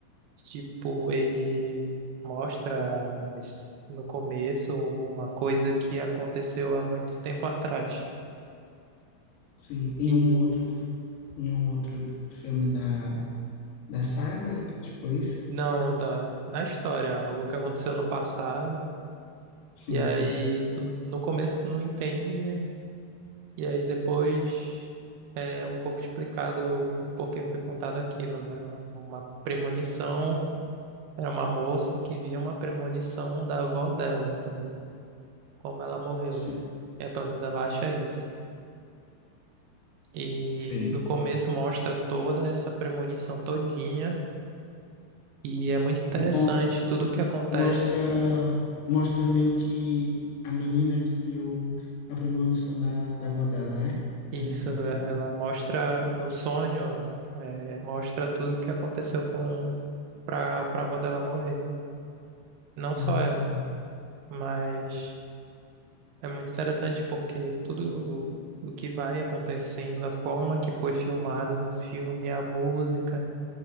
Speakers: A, on the right; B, on the left.
A: Tipo, ele mostra as- no começo uma coisa que aconteceu há muito tempo atrás.
B: sim. E
A: E
B: um outro, em um outro filme da, da saga, tipo isso?
A: não, da, na história, algo que aconteceu no passado.
B: Sim,
A: E aí,
B: sim.
A: tu, no começo tu não entende. E aí depois é um pouco explicado o porquê foi contado aquilo, né? Uma premonição, era uma moça que via uma premonição da avó dela, entendeu? Como ela morreu.
B: Se-
A: É, pelo menos ela acha isso. E
B: Sei.
A: no começo mostra toda essa premonição todinha e é muito interessante
B: Mo-
A: tudo o que acontece.
B: Mostra, mostra meio que a menina que viu a premonição da, da avó dela, é?
A: Isso,
B: Aí, Essa,
A: ela mostra no sonho, é, mostra tudo o que aconteceu com para para avó dela morrer. Não só
B: nossa.
A: ela, mas é muito interessante porque tudo o, o que vai acontecendo, a forma que foi filmada no filme, a música